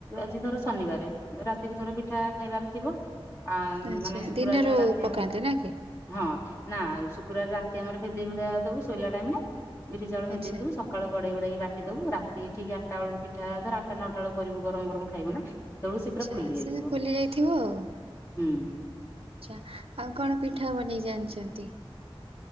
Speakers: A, on the left; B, on the right.
A: ଆଜି ଧର ଶନିବାରେ ରାତିକୁ ଧର ପିଠା ଖାଇବାର ଥିବ ଆ
B: ଆଛା
A: ମାନେ ଶୁକ୍ରବାର
B: ଦିନରୁ
A: ଦିନ ରାତି
B: ପକାନ୍ତି
A: ଆମେ
B: ନା କି?
A: ହଁ ନା ଶୁକ୍ରବାରେ ରାତି ଆମର ଭେଦେଇ ଭୁଦାଦବୁ ଶୋଇଲା ଟାଇମ୍ ରେ ବିରି ଚାଉଳ ଭେଦେଇଥିବୁ
B: ଆଚ୍ଛା।
A: ସ ସକାଳୁ ଗଡ଼େଇ ଗୁଡ଼ାଇକି ବାଟିଦବୁ ରାତି ଠିକ୍ ଆଠଟା ବେଳକୁ ପିଠା ଧର ଆଠଟା ନଟା ବେଳକୁ କରିବୁ ଗରମ ଗରମ ଖାଇବୁ ନା। ସେତେବେଳକୁ
B: ଆଚ୍ଛା
A: ସେ ପୁରା ଫୁଲି ଯାଇଥିବ
B: ସେ ଫୁଲି ଯାଇଥିବ ଆଉ।
A: ହୁଁ
B: ଆଚ୍ଛା ଆଉ କଣ ପିଠା ବନେଇ ଜାଣିଚନ୍ତି?